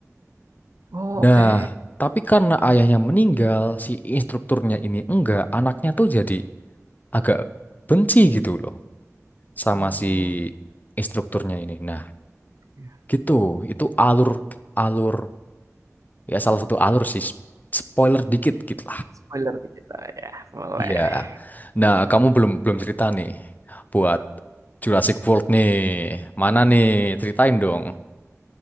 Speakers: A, on the right; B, on the left.
A: Oh,
B: Nah,
A: oke.
B: tapi karena ayahnya meninggal, si instrukturnya ini enggak, anaknya tuh jadi agak benci gitu loh sama
A: Okay. Oh,
B: si instrukturnya ini. Nah,
A: ya.
B: gitu. Itu alur alur ya salah satu alur sih. Spoiler dikit gitu
A: Spoiler dikit boleh ya? Boleh.
B: Iya. Nah, kamu belum belum cerita nih buat Jurassic World nih. Mana nih? Ceritain dong.